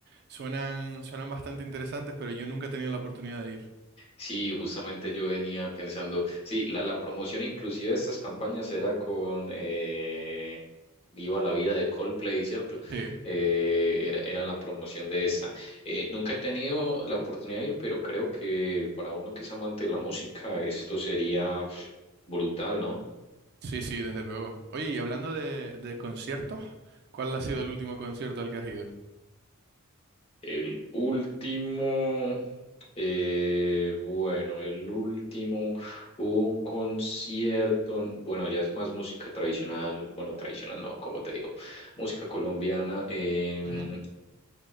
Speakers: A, on the right; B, on the left.
A: suenan, suenan bastante interesantes, pero yo nunca he tenido la oportunidad de
B: Sí, justamente yo venía pensando, sí, la, la promoción inclusive de estas campañas era con eh, Viva la vida de Coldplay, ¿cierto?
A: ir.
B: Eh, era, era la promoción de esta. Eh, nunca he tenido la oportunidad de ir, pero creo que para uno que es amante de la música, esto sería pf, brutal, ¿no?
A: Sí, sí, desde luego. Oye, y hablando de, de conciertos, ¿cuál ha sido el último concierto al que has ido?
B: El último, eh, bueno, el último hubo un concierto, n- bueno, ya es más música tradicional, bueno, tradicional no, como te digo, música colombiana. em,
A: Ujú.